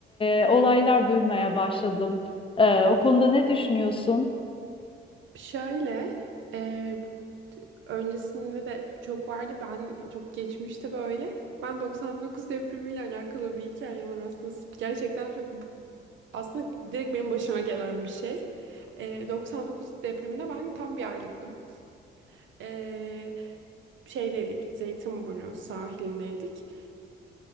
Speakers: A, on the left; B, on the right.
A: e, olaylar duymaya başladım. E, o konuda ne düşünüyorsun?
B: Şöyle, e, öncesinde de çok vardı. Ben çok geçmişte böyle. Ben 99 depremiyle alakalı bir hikayem var aslında. Gerçekten çok aslında direkt benim başıma gelen bir şey. E, 99 depreminde ben tam bir aylıktım. E, şeydeydik, Zeytinburnu sahilindeydik.